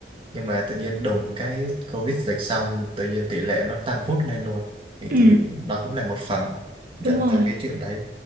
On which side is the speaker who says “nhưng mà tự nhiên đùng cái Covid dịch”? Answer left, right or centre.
Right